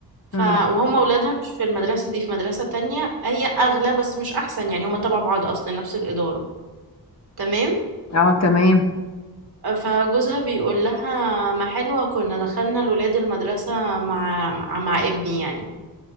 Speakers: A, on the right; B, on the left.
A: ف
B: امم
A: وهم ولادها مش في المدرسة دي في مدرسة تانية هي اغلى بس مش احسن يعني هم تبع بعض اصلا نفس الادارة تمام
B: اه تمام
A: أه، فجوزها بيقول لها ما حلوة كنا دخلنا الولاد المدرسة مع مع مع ابني يعني